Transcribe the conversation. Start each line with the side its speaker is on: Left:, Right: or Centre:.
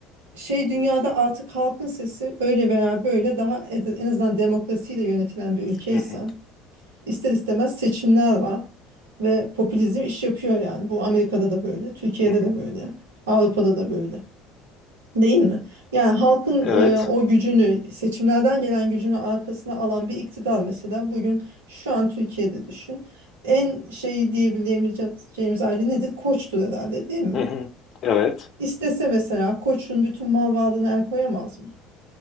Right: şey dünyada artık halkın sesi öyle veya böyle daha ed- en azından demokrasiyle yönetilen bir ülkeysen
Left: Hı hı,
Right: ister istemez seçimler var ve popülizm iş yapıyor yani. Bu Amerika'da da böyle, Türkiye'de
Left: hı hı.
Right: de böyle, Avrupa'da da böyle. Değil mi? Yani halkın
Left: Evet.
Right: e, o gücünü, seçimlerden gelen gücünü arkasına alan bir iktidar mesela bugün şu an Türkiye'de düşün. En şeyi diyebileceğimiz aile nedir? Koçtur herhalde değil mi?
Left: Hı hı. Evet.
Right: İstese mesela Koç'un bütün mal varlığına el koyamaz mı?